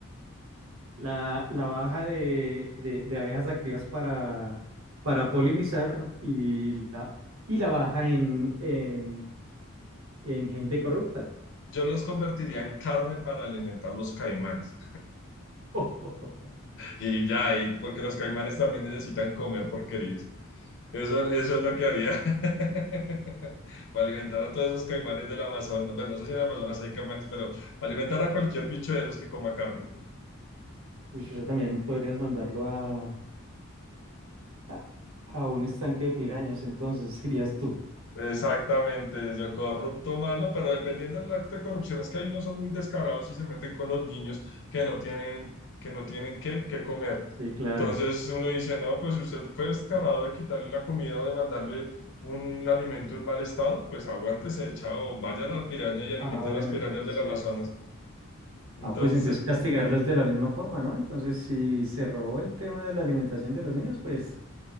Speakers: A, on the right; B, on the left.
A: La, la baja de, de- de abejas activas para, para polinizar y la, y la baja en, en, en gente corrupta.
B: Yo los convertiría en carne para alimentar los caimanes.
A: <laughs> Uy,
B: Y ya, y porque los caimanes también necesitan comer porquerías. Eso, eso es lo que haría <laughs> para alimentar a todos esos caimanes del Amazonas. Bueno, no sé si en el Amazonas hay caimanes, pero para alimentar a cualquier bicho de esos que coma carne.
A: eso también podrías mandarlo a, a, a un estanque de pirañas, entonces <laughs> dirías tú.
B: Exactamente, yo corrupto malo, pero dependiendo del acto de corrupción, es que hay unos son muy descarados y se meten con los niños que no tienen, que no tienen qué, qué comer.
A: Sí, claro.
B: Entonces uno dice, no, pues si usted fue descarado de quitarle la comida o de mandarle un alimento en mal estado, pues aguántese, chao, vaya a la piraña y alimente
A: Ah, bueno,
B: a las pirañas
A: entonces.
B: del Amazonas. Entonces,
A: Ah, pues entonces castigarlos de la misma forma, ¿no? Entonces, si se robó el tema de la alimentación de los niños, pues